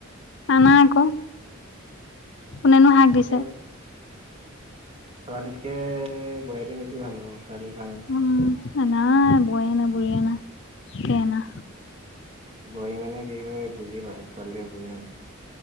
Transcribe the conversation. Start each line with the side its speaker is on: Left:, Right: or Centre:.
Left: আনা আক কোনেনো হাক
Right: তাকে
Left: দিছে
Right: ছোৱালীতকে বোৱাৰীতে বেছি ভাল হ'ব ছোৱালী ভাল নহয় ।
Left: উম আনা বোৱাৰী আনা বুঢ়ী আনা কি আনা?
Right: বোৱাৰী মানে কি হয় বুজি পায় ছোৱালীয়ে বুজি নাপায় ।